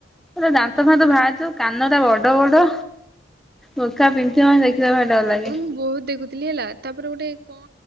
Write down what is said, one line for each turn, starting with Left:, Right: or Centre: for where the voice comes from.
Centre: ପୁରା ଦାନ୍ତ ଫାନ୍ତ ଭାରିଥିବ କାନରା ବଡ଼ ବଡ଼ ମୁଖା ପିନ୍ଧିଥିବ ମାନେ ଦେଖିଲେ ଭାରି ଡର
Right: ଏ
Centre: ଲାଗେ।
Right: ଆଗୁରୁ ମୁଁ ବୋହୁତ ଦେଖୁଥିଲି ହେଲା ତାପରେ ଗୋଟେ କଁ